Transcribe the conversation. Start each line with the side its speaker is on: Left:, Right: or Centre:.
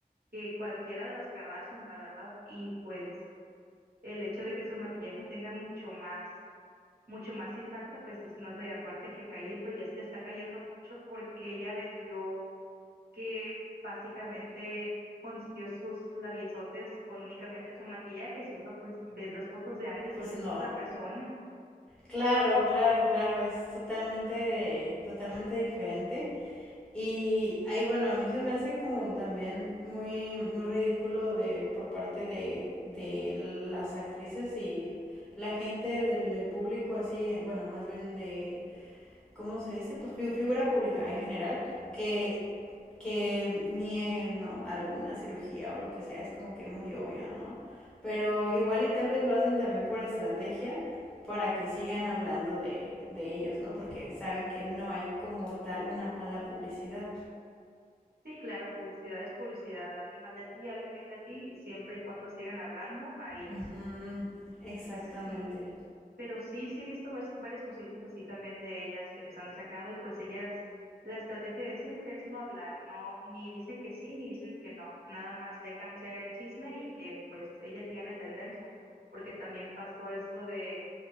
Right: que cualquiera de las Kardashians, la verdad. Y pues el hecho de que su maquillaje tenga mucho más mucho más impacto, pues sí se nota. Y aparte que Kylie pues ya se le está cayendo mucho porque ella vendió que básicamente consiguió sus labiosotes con únicamente su maquillaje, siendo pues ves las fotos de antes
Centre: Pues
Right: y pues
Centre: no.
Right: es otra persona.
Centre: Claro, claro, claro, es totalmente, totalmente diferente. Y ahí, bueno, a mí se me hace como también muy, muy ridículo de, por parte de, de las actrices y la gente del, del público así, bueno, más bien de ¿cómo se dice? Pues figura pública en general, que, que nieguen, ¿no? Alguna cirugía o lo que sea, es como que muy obvio, ¿no? Pero igual y tal vez lo hacen también por estrategia para que sigan hablando de, de ellos, ¿no? Porque saben que no hay como tal una mala publicidad.
Right: Sí, claro, publicidad es publicidad, hablen mal de ti, hablen bien de ti, siempre y cuando sigan hablando, ahí es.
Centre: Ujú, exactamente.
Right: Sí, Pero sí, sí he visto vas- varias cositas así también de ellas que les han sacado y pues ellas, la estrategia de siempre es no hablar, no, ni dicen que sí, ni dicen que no, nada más dejan ser el chisme y que pues ellas sigan en tendencia, porque también pasó esto de